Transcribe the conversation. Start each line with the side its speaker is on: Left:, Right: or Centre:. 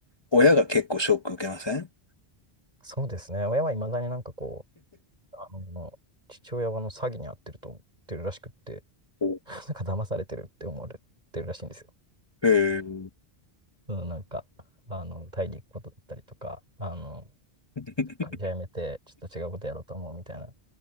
Left: 親が結構ショック受けません
Right: そうですね。親はいまだになんかこう、あの、父親はあの詐欺に遭ってると思ってるらしくって、
Left: お
Right: <laughs> なんか騙されてるって思われてるらしいんですよ。
Left: へえ。うん。
Right: うん、なんか、あの、タイに行くことだったりとか、あの、
Left: <laughs>
Right: 会社辞めて、ちょっと違うことやろうと思うみたいな、